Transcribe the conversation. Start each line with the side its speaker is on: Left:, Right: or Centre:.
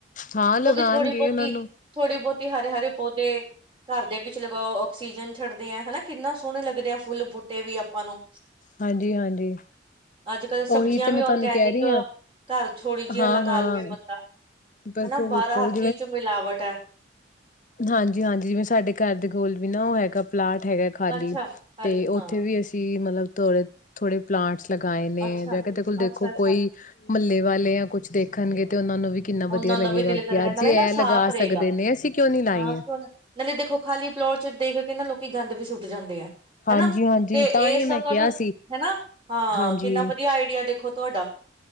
Left: ਹਾਂ ਲਗਾਉਣਗੇ
Right: ਕਿਉਂਕਿ ਥੋੜੀ ਬਹੁਤੀ
Left: ਉਹਨਾਂ ਨੂੰ
Right: ਥੋੜੀ ਬਹੁਤੀ ਹਰੇ ਹਰੇ ਏ ਘਰ ਦੇ ਵਿੱਚ ਲਗਾਓ ਔਕਸੀਜਨ ਛੱਡਦੇ ਐਂ ਹੇਨਾਂ ਕਿੰਨਾ ਸੋਹਨੇ ਲੱਗਦੇ ਐਂ ਫੁੱਲ ਬੂਟੇ ਵੀ ਆਪਾਂ ਨੂੰ।
Left: ਹਾਂਜੀ ਹਾਂਜੀ
Right: ਅੱਜ-ਕੱਲ ਸਬਜੀਆਂ
Left: ਉਹੀ ਤੇ
Right: ਵੀ
Left: ਮੈਂ
Right: ਔਰਗੈਨਿਕ
Left: ਤੁਹਾਨੂੰ ਕਹਿ ਰਹੀ ਹਾਂ
Right: ਘਰ ਥੌੜੀ ਜਿਯਾਂ
Left: ਹਾਂ
Right: ਲਗਾ
Left: ਹਾਂ
Right: ਲਵੇ ਬੰਦਾ
Left: ਬਿਲਕੁਲ
Right: ਹੇਨਾ ਬਾਰ
Left: ਬਿਲਕੁਲ
Right: ਹਰ ਚੀਜ ਚ ਮਿਲਾਵਟ ਐ।
Left: ਹਾਂਜੀ ਹਾਂਜੀ ਜਿਵੇਂ ਸਾਡੇ ਘਰ ਦੇ ਕੋਲ ਵੀ ਨਾ ਉਹ ਹੈਗਾ ਪਲਾਟ ਹੈਗਾ ਖਾਲੀ
Right: ਅੱਛਾ ਖਾਲੀ
Left: ਤੇ ਉੱਥੇ
Right: ਹਾਂ
Left: ਵੀ ਅਸੀਂ ਮਤਲਬ ਥੋੜੇ ਥੋੜੇ ਪਲਾਂਟਸ ਲਗਾਏ ਨੇ
Right: ਅੱਛਾ
Left: ਜਾਂ ਕਿਤੇ ਕੋਲ ਦੇਖੋ
Right: ਅੱਛਾ ਅੱਛਾ
Left: ਕੋਈ ਮਹੱਲੇ ਵਾਲੇ ਜਾਂ ਕੁਛ ਦੇਖਣਗੇ ਤੇ ਉਹਨਾਂ ਨੂੰ ਵੀ ਕਿੰਨਾ
Right: ਉਹਨਾਂ
Left: ਵਧੀਆ ਲੱਗੇਗਾ
Right: ਦਾ ਵੀ ਦਿਲ ਕਰੇਗਾ
Left: ਕਿ ਅੱਜ
Right: ਨਾਲੇ
Left: ਇਹ
Right: ਨਾ ਸਾਫ਼
Left: ਲਗਾ
Right: ਰਹੇਗਾ
Left: ਸਕਦੇ ਨੇ ਅਸੀਂ ਕਿਉਂ ਨੀ ਲਾਈਏ
Right: ਹਾਂ ਕਿਣੇ ਦੇਖੋ ਖਾਲੀ ਪਲੋਟ ਚ ਦੇਖ ਕੇ ਨਾ ਲੋਕੀ ਗੰਦ ਵੀ ਸੁੱਟ ਜਾਂਦੇ ਐ
Left: ਹਾਂਜੀ-ਹਾਂਜੀ
Right: ਹਨਾ ਤੇ
Left: ਤਾਂ ਹੀ
Right: ਇਸ
Left: ਮੈਂ
Right: ਤੁਹਾਨੂੰ
Left: ਕਿਹਾ ਸੀ
Right: ਹਨਾ ਹਾਂ
Left: ਹਾਂਜੀ
Right: ਕਿੰਨਾ ਵਧੀਆ ਆਈਡੀਆ ਦੇਖੋ ਤੁੋਡਾ